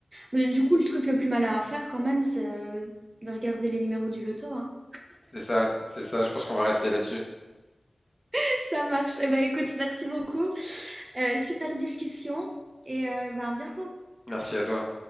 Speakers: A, on the right; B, on the left.
A: Mais du coup, le truc le plus malin à faire quand même, c'est euh, de regarder les numéros du loto, hein.
B: c'est ça, c'est ça. Je pense qu'on va rester là-dessus.
A: <laughs> Ça marche. Eh ben, écoute, merci beaucoup. Euh, super discussion et euh, ben, à bientôt.
B: Merci à toi.